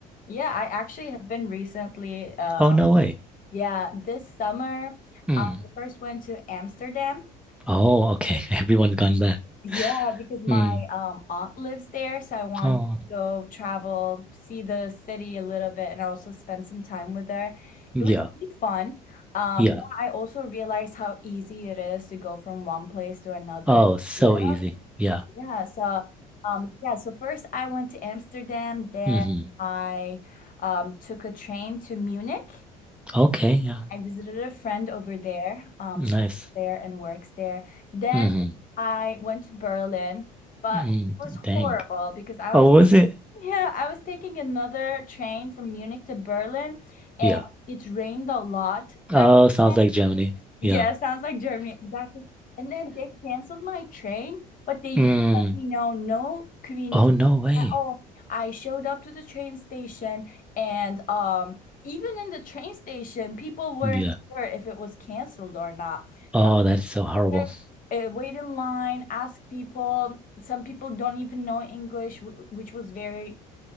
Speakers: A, on the left; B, in the centre.
A: Yeah, I actually have been recently. Uh,
B: Oh, no way.
A: yeah, this summer,
B: Mm.
A: I first went to Amsterdam.
B: Oh, okay.
A: Yeah.
B: <laughs> Everyone's gone there.
A: Yeah, because my
B: Mm.
A: um aunt lives there, so I wanted
B: Oh,
A: to go travel, see the city a little bit, and also spend some time with her.
B: yeah,
A: It was really fun. Um,
B: yeah.
A: yeah, I also realized how easy it is to go from one place to another
B: Oh, so
A: in Europe.
B: easy. Yeah.
A: Yeah, so um yeah, so first I went to Amsterdam, then
B: hmm
A: I um took a train to Munich.
B: Okay, yeah.
A: I visited a friend over there. Um,
B: Nice.
A: she lives there and works there. Then
B: hmm
A: I went to Berlin, but
B: Mm.
A: it was horrible
B: Dang.
A: because I
B: Oh,
A: was
B: was it?
A: yeah, I was taking another train from Munich to Berlin and
B: Yeah.
A: it rained a lot that
B: Oh, sounds
A: day.
B: like Germany.
A: Yeah,
B: Yeah.
A: sounds
B: <laughs>
A: like Germany. Exactly. And then they canceled my train, but they
B: Mm.
A: didn't let me know, no communication
B: Oh, no way.
A: at all. I showed up to the train station and um even in the train station, people weren't
B: Yeah.
A: sure if it was canceled or not.
B: Oh,
A: So I
B: that is so horrible.
A: was there, uh, wait in line, ask people. Some people don't even know English, wh- which was very,